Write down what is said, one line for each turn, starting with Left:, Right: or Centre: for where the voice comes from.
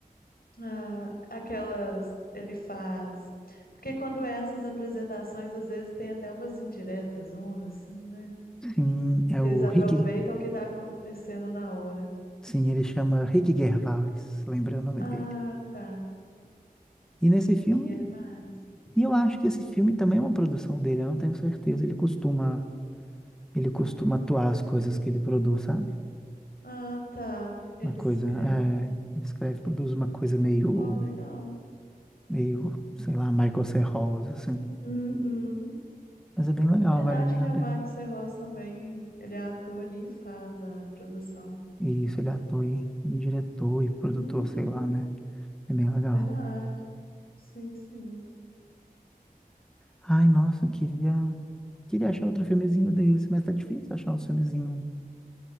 Left: Ah, aquelas ele faz. Porque quando é essas apresentações, às vezes tem até umas indiretas, uma assim, né?
Centre: Sim, é
Left: Que
Centre: o
Left: eles aproveitam
Centre: Rick.
Left: o que tá acontecendo na hora.
Centre: Sim, ele chama Rick Gervais, lembrei o nome
Left: Ah,
Centre: dele.
Left: tá.
Centre: E nesse filme,
Left: E que é mais?
Centre: e eu acho que esse filme também é uma produção dele, eu não tenho certeza. Ele costuma, ele costuma atuar as coisas que ele produz, sabe?
Left: Ah, tá. Ele
Centre: Uma coisa,
Left: escreve.
Centre: é, ele escreve, produz uma coisa meio,
Left: Ó, legal.
Centre: meio, sei lá, Michael C. Hall, assim.
Left: Uhum.
Centre: Mas é bem legal,
Left: Verdade,
Centre: vale bem
Left: né?
Centre: a pena.
Left: O Marcos Serroz também, ele é ator e faz a produção.
Centre: E isso, ele é ator e e diretor e produtor,
Left: Uhum.
Centre: sei lá, né? É bem legal.
Left: Verdade. Sim, sim.
Centre: Ai, nossa, eu queria, queria achar outro filmezinho desse, mas tá difícil achar um filmezinho